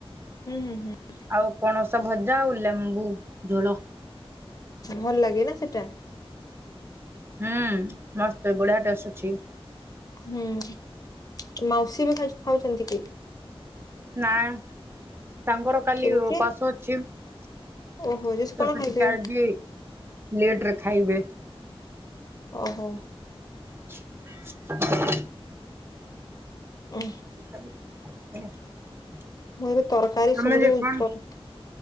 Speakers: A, on the left; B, on the right.
A: ହୁଁ ହୁଁ ହୁଁ ହୁଁ।
B: ଆଉ ପଣସ ଭଜା ଆଉ ଲେମ୍ବୁ ଝୋଳ।
A: ଭଲ ଲାଗେ ନା ସେଟା।
B: ହୁଁ ମସ୍ତ ଏ ବଢିଆ ଟେଷ୍ଟେ ଅଛି।
A: ହୁଁ ମାଉସୀ ବି ଖା ଖାଉଚନ୍ତି କି।
B: ନାଁ। ତାଙ୍କର କାଲି
A: କେମିତି
B: ଓ ପାସ ଅଛି ତେଣୁ
A: ଓହୋ ଯେ ସେ କଣ ଖାଇବେ
B: ଟିକେ ଆଜି ଲେଟ୍ ରେ ଖାଇବେ।
A: ଓହୋ।
B: <inaudible>
A: ଉଁ।
B: <inaudible>
A: ମୁଁ ଏବେ ତରକାରୀ
B: ତମେ
A: ସବୁ ଯୋଉ
B: ଯେ କଣ
A: <unintelligible>